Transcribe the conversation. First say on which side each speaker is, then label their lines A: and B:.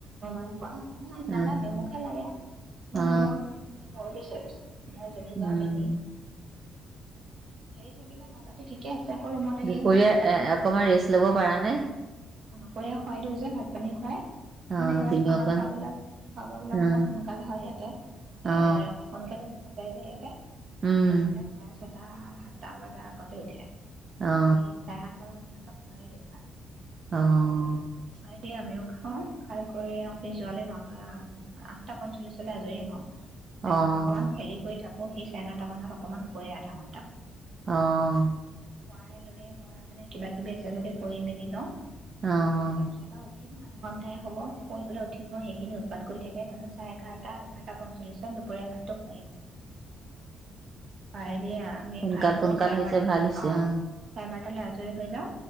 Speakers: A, on the right; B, on the right.
A: ৰ ন নালাগে
B: উম
A: মোকহে লাগে মানে
B: অ
A: মোৰ মোৰ প নিশ্চয় নাই তুমি
B: উম
A: যাওঁ তেনি সেই থাকিলে মাজত ঠিক আছে সেই
B: দুপৰীয়া
A: লৰাবলাক
B: এ
A: খুলি
B: অকমান
A: থাকে
B: ৰেষ্ট ল'ব পাৰা নে?
A: দুপৰীয়াৰ হয়ত যেন ভাত পানী খুৱায়
B: অ
A: মানে ইয়াত
B: তিনি
A: আমাৰ
B: অকণ
A: খোৱাবিলাক খোৱা বোৱা বিলাক
B: অ
A: অকমান সোনকালে হয় ইয়াতে এ
B: অ
A: সোনকালে থৈ যা ইয়াতে
B: উম
A: এহতে চাই চোন সাতটা সাতটা বজাৰ আগতে উঠে
B: অ
A: উঠি চাহ চোন তাহ ত খুৱাই ন
B: অঁ
A: সেই আমিও খাওঁ ভাল কৰি অফিচ যোৱালে নহ আঠটা পঞ্চল্লিছলৈ আজৰি হওঁ তাৰ
B: অ
A: পিছত অকনমান খেলি কৰি থাকো অঁ সি চাৰে নটা মানত অকণমান শুৱে, আধা ঘণ্টা মান
B: আঁহ
A: খোৱাই লৈয়ে, মই মানে কিবা কিবি আছে যদি কৰি মেলি লওঁ
B: আঁহ
A: তাৰপিছত আৰু উঠি ন আধা ঘণ্টাই হ'ব, শুলৈ উঠিব সেইখিনি উৎপাত কৰি থাকে তাৰিছ চ এঘাৰটা-এঘাৰটা পঞ্চল্লিছত দুপৰীয়া ভাতটো খোৱাই দিওঁ। ভাই দয়া, আমি
B: সোনকাল
A: খাই কৰি
B: সোনকাল
A: সৰে-বাৰ্তা
B: হৈছে ভাল
A: হোৱাই
B: হৈছে
A: আৰু।
B: অ
A: চাইবাৰ তালৈ আজৰি হৈ যাওঁ